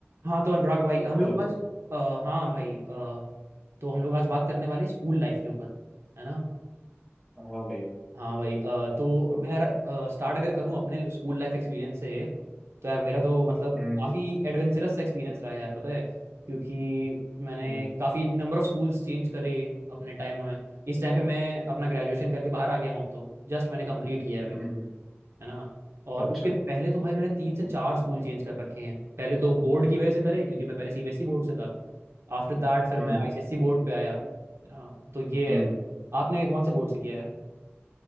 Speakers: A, on the right (about 65°); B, in the centre.
A: हाँ तो अनुराग भाई हम
B: Hello
A: लोग आज आ, हाँ भाई आ, तो हम लोग आज बात करने वाले हैं स्कूल लाइफ के ऊपर है ना
B: हाँ भाई
A: हाँ भाई अ, तो
B: तो
A: मैं यार स्टार्ट अगर करूँ अपने स्कूल लाइफ एक्सपीरियंस से तो यार मेरा तो मतलब
B: हम्म
A: काफ़ी एडवेंचरस एक्सपीरियंस रहा है यार पता है क्योंकि मैंने
B: हम्म
A: काफ़ी नंबर ऑफ स्कूल्स चेंज करे अपने टाइम में इस टाइम पे मैं अपना ग्रेजुएशन करके बाहर आ गया हूँ अब तो जस्ट मैंने कंप्लीट किया है अभी
B: हम्म
A: तो
B: हम्म,
A: है ना और
B: अच्छा
A: उसके पहले तो भाई मैंने तीन से चार स्कूल चेंज कर रखे हैं पहले तो बोर्ड की वजह से करे क्योंकि मैं पहले सीबीएसई बोर्ड से था आफ्टर दैट फिर
B: हम्म
A: मैं आईसीएसई बोर्ड पे आया है ना तो ये
B: हम्म
A: है आपने कौन से बोर्ड से किया है